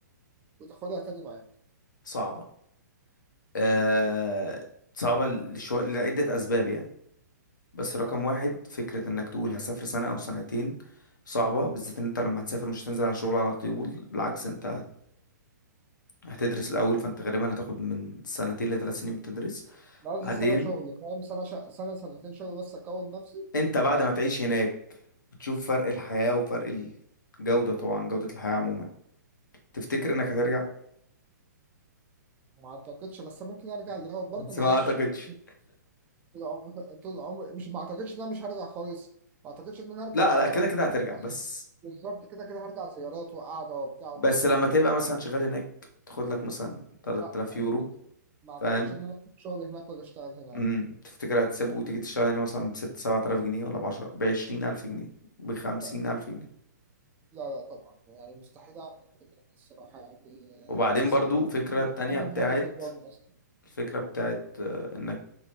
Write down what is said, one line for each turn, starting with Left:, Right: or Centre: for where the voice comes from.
Right: وتاخدها تاني معاك
Left: صعبة أه صعبة لشوية لعدة أسباب يعني بس رقم
Right: اه
Left: واحد فكرة انك تقول هسافر سنة او سنتين صعبة بالذات ان انت لما هتسافر مش هتنزل على شغل على طول بالعكس انت هت... هتدرس الاول فانت غالبا هتاخد من سنتين لثلاث سنين بتدرس
Right: أنا قصدي
Left: بعدين
Right: سنة شغل فاهم سنة شا... سنة سنتين شغل بس أكون نفسي
Left: انت بعد
Right: بعد
Left: ما
Right: كده
Left: تعيش هناك بتشوف فرق الحياة وفرق الجودة طبعا جودة الحياة عموما تفتكر انك هترجع؟
Right: ما أعتقدش بس ممكن أرجع اللي
Left: <laughs>
Right: هو برضه
Left: بس
Right: أنا
Left: ما
Right: عايش
Left: اعتقدش
Right: طول طول عمري طول عمري مش ما أعتقدش إن أنا مش هرجع خالص ما أعتقدش إن أنا هرجع
Left: لا
Right: أشتغل
Left: لا كده كده
Right: في
Left: هترجع
Right: مصر
Left: بس
Right: بالظبط كده كده هرجع زيارات وقعدة وبتاع وفسحة
Left: بس لما تبقى مثلا شغال هناك تاخد لك مثلا 3000
Right: لا يعني
Left: يورو
Right: ما أعتقد- ما اعتقدش
Left: فاهم
Right: ان انا أخد شغل هناك ولا اشتغل هنا
Left: امم
Right: يعني
Left: تفتكر هتسيبه وتيجي تشتغل هنا مثلا بست سبعة آلاف جنيه ولا بعشرة بعشرين ألف جنيه بخمسين
Right: لا
Left: ألف جنيه
Right: لا لا طبعا يعني مستحيل اعمل كده الصراحه يعني
Left: وبعدين
Right: انا بس
Left: برضو
Right: اتمنى
Left: فكرة التانية بتاعت
Right: ان هو يوصل بره اصلا
Left: الفكرة بتاعت آه، إنك